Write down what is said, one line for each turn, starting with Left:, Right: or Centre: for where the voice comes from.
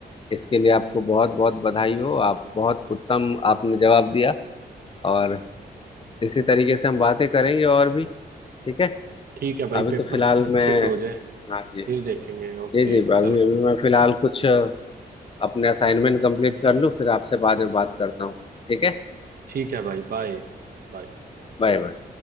Left: इसके लिए आपको बहुत बहुत बधाई हो आप बहुत उत्तम आपने जवाब दिया और इसी तरीके से हम बातें करेंगे और भी ठीक है
Right: ठीक है भाई
Left: अभी
Right: पेपर
Left: तो फिलहाल
Right: अच्छे
Left: मैं
Right: से हो जाए
Left: हाँ जी
Right: फिर देखेंगे ओके
Left: जी जी अभी
Right: चलो
Left: अभी मैं फिलहाल कुछ अपने असाइनमेंट कंप्लीट कर लूँ फिर आपसे बाद में बात करता हूँ ठीक है
Right: ठीक है भाई बाय बाय
Left: Bye bye